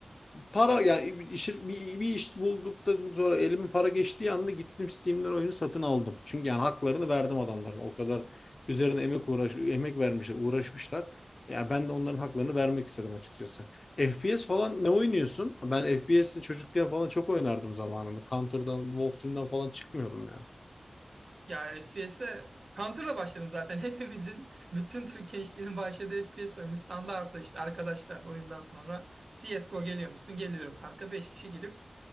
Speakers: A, on the left (about 50°); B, on the right (about 60°).
A: para yani işi- bir, bir iş bulduktan sonra elime para geçtiği anda gittim Steam'den oyunu satın aldım. Çünkü yani haklarını verdim adamların. O kadar üzerine emek uğraş emek vermişler, uğraşmışlar. Yani ben de onların haklarını vermek istedim açıkçası. FPS falan ne oynuyorsun? Ben FPS'te çocukken falan çok oynardım zamanında. Counter'dan, Wolf Team'den falan çıkmıyordum yani.
B: Ya FPS'e Counter'la başladım zaten. <laughs> Hepimizin, bütün Türk gençliğinin başladığı FPS oyunu standart işte. Arkadaşlar oyundan sonra CSGO geliyor musun? Geliyorum kanka. beş kişi girip